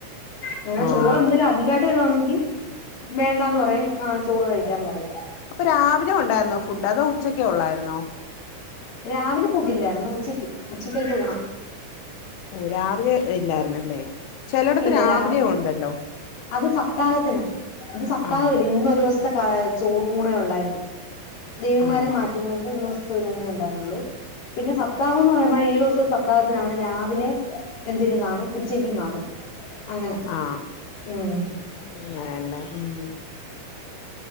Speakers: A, on the left; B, on the left.
A: അങ്ങനെ
B: ആഹ്
A: ചോറ് എന്തലും അധികായിട്ട് വരുവാണങ്കി വേണ്ടാന്ന് പറയും ആ ചോറ് കഴിക്കാന്ന് പറയും
B: അപ്പൊ രാവിലെ ഉണ്ടായിരുന്നോ ഫുഡ് അതോ ഉച്ചക്കെ ഒള്ളായിരുന്നോ
A: രാവിലെ ഫുഡില്ലായിരുന്നു ഉച്ചക്ക് ഉച്ചക്കൽ തൂണ
B: ഓ രാവിലെ ഇല്ലാർന്നല്ലേ ചെലട്ത്ത്
A: ഇല്ല
B: രാവിലെയ
A: രാവിലെ
B: ഉണ്ടല്ലോ
A: അത് സപ്തഹത്തിനാ ഇത് സപ്തഹം
B: ആഹ്
A: ഇല്ല ഇന്ന് ഒരു ദിവസത്തെ ചോറ് ഊണെള്ളായിരുന്നു ദേവിമാരെ
B: ആണോ
A: മാറ്റുന്നൊണ്ട് ഇന്നിവ <unintelligible> ത്തെ ഒരു ഊണയ ഉ പിന്നെ സപ്താഹം ന്ന് പറയുമ്പോ ഏഴു ദിവസം സപ്താഹത്തിനാണ് രാവിലെ എന്തെലും കാണും ഉച്ചക്കും കാണും അങ്ങനെ
B: ആ
A: ഉം
B: അങ്ങനെന്നെ ഉം